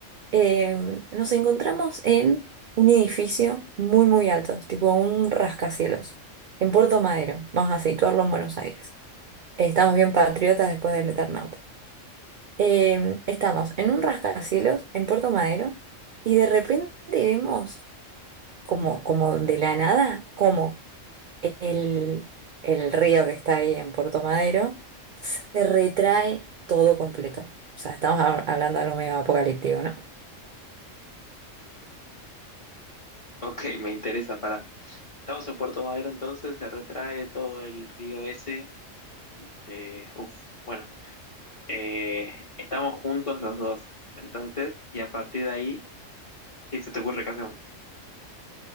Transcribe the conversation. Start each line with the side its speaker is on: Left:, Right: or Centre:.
Right: Eh, nos encontramos en un edificio muy, muy alto, tipo un rascacielos, en Puerto Madero. Vamos a situarlo en Buenos Aires. Estamos bien patriotas después del Eternauta. Eh, estamos en un rascacielos en Puerto Madero y de repente vemos como, como de la nada, como el, el río que está ahí en Puerto Madero, se retrae todo completo. O sea, estamos hab- hablando de algo medio apocalíptico, ¿no?
Left: Ok, me interesa, pará. Estamos en Puerto Madero entonces, se retrae todo el río ese. eh, uf, bueno, eh, estamos juntos los dos. Entonces, y a partir de ahí, ¿qué se te ocurre que hacemos?